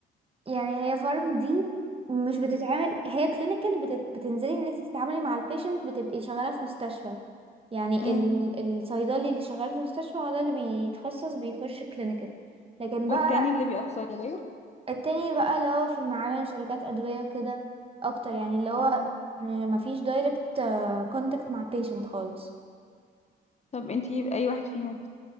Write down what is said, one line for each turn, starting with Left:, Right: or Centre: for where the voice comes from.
Right: يعني هي فارم دي مش بتتعمل هي كلينيكال بتت... بتنزلي ان انت تتعاملي مع البيشنت بتبقي شغاله في مستشفى يعني
Left: امم
Right: ال... الصيدلي اللي شغال في مستشفى هو ده اللي بيتخصص بيخش كلينيكال لكن
Left: والتاني
Right: بقى
Left: اللي بيبقى في صيدلية
Right: التاني بقى اللي هو في معامل شركات ادويه وكده اكتر يعني اللي هو
Left: اه
Right: م- مفيش دايركت كونتاكت مع بيشنت خالص
Left: طب انتي اي واحد فيهم